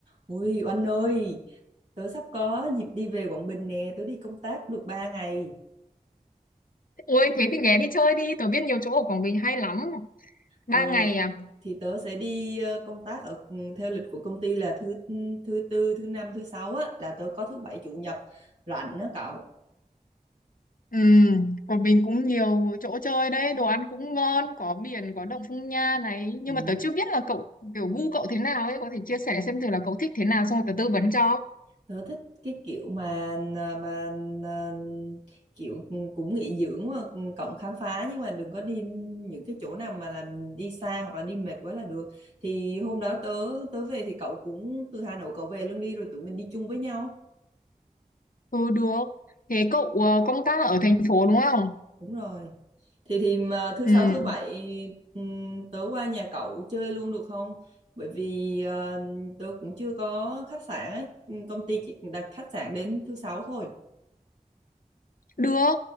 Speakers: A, on the right; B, on the left.
A: Ui oanh ơi, tớ sắp có dịp đi về Quảng Bình nè, tớ đi công tác được 3 ngày.
B: Ôi thế thì ghé đi chơi đi, tớ biết nhiều chỗ ở Quảng Bình hay lắm. Ba
A: Ờ,
B: ngày à?
A: thì tớ sẽ đi ờ, công tác ở ừ, theo lịch của công ty là thứ ừ, thứ tư, thứ năm, thứ sáu á là tớ có thứ bảy chủ nhật rảnh đó cậu.
B: Ừ, Quảng Bình cũng nhiều chỗ chơi đấy, đồ ăn cũng ngon, có biển, có động Phong Nha này. Nhưng
A: Ừ.
B: mà tớ chưa biết là cậu, kiểu gu cậu thế nào ấy, có thể chia sẻ xem thử là cậu thích thế nào xong rồi tớ tư vấn cho.
A: Tớ thích cái kiểu mà à, mà à, kiểu ừ, cũng nghỉ dưỡng mà ừ, cộng khám phá nhưng mà đừng có đi những cái chỗ nào mà làm đi xa hoặc là đi mệt quá là được. Thì hôm đó tớ tớ về thì cậu cũng từ Hà Nội cậu về luôn đi rồi tụi mình đi chung với nhau.
B: Ừ, được. Thế cậu ờ, công tác ở thành phố đúng không?
A: Đúng rồi. Thì thì mà thứ
B: Ừ,
A: sáu thứ bảy ừm, tớ qua nhà cậu chơi luôn được không? Bởi vì ờ, tớ cũng chưa có khách sạn ấy, Ừ, công ty chỉ đặt khách sạn đến thứ sáu thôi.
B: Được,